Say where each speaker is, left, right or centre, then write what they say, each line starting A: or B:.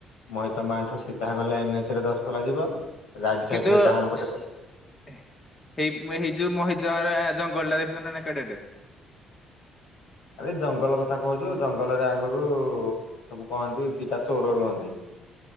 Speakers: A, on the left; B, on the left.
A: ମହିତମା ଠୁ ସିଧା ଗଲେ ଏନ୍ ଏଚ ରେ ଦଶ ପଲା ଯିବ। ସାଇଡ
B: କିନ୍ତୁ
A: ରେ ଡାହାଣ ପଟେ
B: ସେ
A: ହଁ
B: ଏଇ ଏଇ ଯୋଉ ମହିଦରଗା ଜଙ୍ଗଲ ଟା ଦେଖୁଚନ୍ତି ନା କେଡେଟେ?
A: ଆରେ ଜଙ୍ଗଲ କଥା କହୁଚୁ, ଜଙ୍ଗଲରେ ଆଗରୁ ସବୁ କହନ୍ତି ଦିଟା ଚୋର ରୁହନ୍ତି।